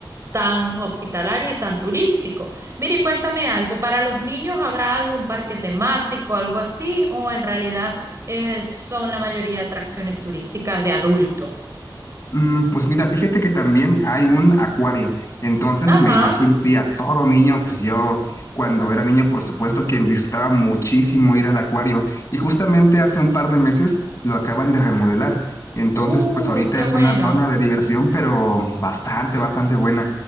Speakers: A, on the right; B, on the left.
A: tan hospitalario y tan turístico. Mire, y cuéntame algo. ¿Para los niños habrá algún parque temático, algo así? ¿O en realidad eh, son la mayoría atracciones turísticas de adulto?
B: Mm, Pues mira, fíjate que también hay un acuario. Entonces
A: Ajá.
B: me imagino, sí, a todo niño, pues yo cuando era niño, por supuesto que disfrutaba muchísimo ir al acuario. Y justamente hace un par de meses lo acaban de remodelar. Entonces,
A: Uy,
B: pues ahorita
A: qué
B: es
A: bueno.
B: una zona de diversión, pero bastante, bastante buena.